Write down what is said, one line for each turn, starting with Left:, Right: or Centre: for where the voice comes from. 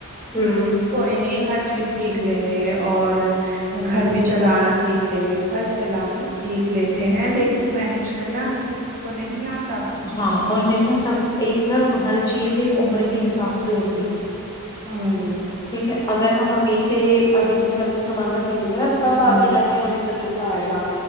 Left: ہوں
Right: کوئی نہیں ہر چیز سیکھ لیں گے اور گھر بھی چلانا سیکھ لیں گے گھر چلانا سیکھ لیتے ہیں لیکن مینج کرنا ہر کسی کو نہیں آتا
Left: ہاں اور میری کو سب ایک نہ ہم چیز ایک عمر کے حساب سے ہوتی ہے
Right: ہممم
Left: ٹھیک ہے اگر ہم ابھی سے ابھی گھر کو سنھالنا سیکھ <unintelligible> گے نہ تب
Right: ہ
Left: آگے جا کے ہمیں سے تجربہ آئے گا